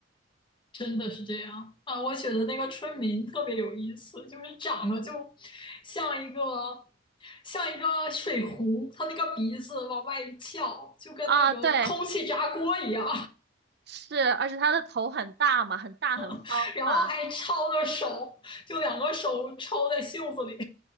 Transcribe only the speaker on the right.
啊，对，是，而且他的头很大嘛，很大很方嘛。